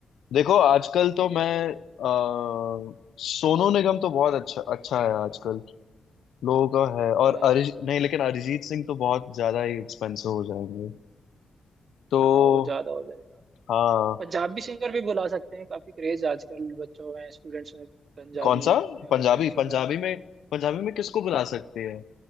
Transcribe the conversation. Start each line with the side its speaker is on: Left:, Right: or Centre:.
Left: देखो आजकल तो मैं अ, सोनू निगम तो बहुत अच्छा अच्छा है आजकल लोगों का है
Right: अच्छा
Left: और अरिज
Right: तो
Left: नहीं लेकिन अरिजीत सिंह तो बहुत ज्यादा ही एक्सपेंसिव हो जाएंगे तो
Right: हाँ वो ज़्यादा हो जाएगा
Left: हाँ
Right: पंजाबी सिंगर भी बुला सकते हैं काफ़ी क्रेज आजकल बच्चों में स्टूडेंट्स में पंजाबी
Left: कौन सा
Right: सॉन्ग्स
Left: पंजाबी
Right: वगैरह
Left: पंजाबी
Right: में
Left: में पंजाबी
Right: हाँ
Left: में किसको बुला सकते हैं